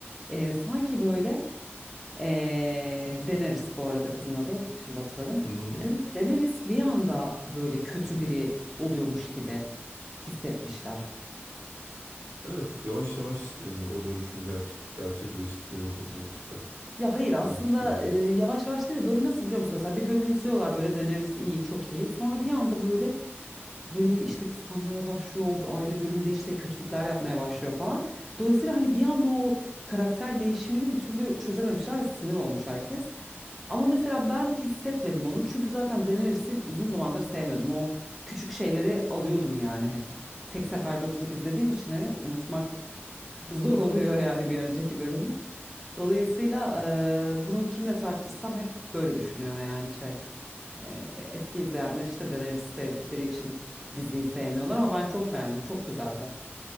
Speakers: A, in the centre; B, on the right.
A: Ee, sanki böyle Ee, Daenerys bu arada kızın adı. Şimdi hatırladım.
B: Hı hı.
A: Dan- Daenerys bir anda böyle kötü biri oluyormuş gibi hissetmişler.
B: Evet, yavaş yavaş eee, o dönüşümü ger- gerçekleştiriyordu bence de.
A: Ya hayır aslında
B: Aynı fikirdeyiz.
A: e, yavaş yavaş değil de böyle nasıl biliyor musun? Mesela bir bölüm izliyorlar böyle deneriz iyi çok iyi. Sonra bir anda böyle böyle bir işte kıskanmaya başlıyor. o Aynı bölümde işte kötülükler yapmaya başlıyor falan. Dolayısıyla hani bir anda o karakter değişimini bir türlü çözememişler ve sinir olmuş herkes. Ama mesela ben hissetmedim onu. Çünkü zaten Daenerys'i uzun zamandır sevmiyordum. O küçük şeyleri alıyordum yani hep. Tek seferde oturup izlediğim için hani unutmak zor oluyor yani bir önceki bölümü. Dolayısıyla e, bunu kimle tartışsam hep böyle düşünüyor yani şey. E, eski izleyenler işte Daenerys'i sevdikleri için diziyi sevmiyorlar ama ben çok beğendim. Çok güzeldi.